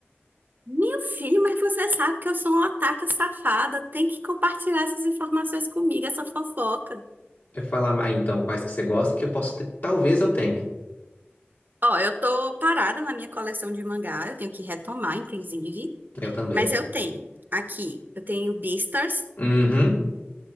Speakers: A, on the right; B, on the left.
A: Meu filho, mas você sabe que eu sou uma otaka safada. Tem que compartilhar essas informações comigo, essa fofoca.
B: Eu falar, ah, então, quais que você gosta que eu posso ter. Talvez eu tenha.
A: Ó, eu tô parada na minha coleção de mangá. Eu tenho que retomar, inclusive.
B: Eu também.
A: Mas eu tenho aqui, eu tenho Beastars.
B: Uhum.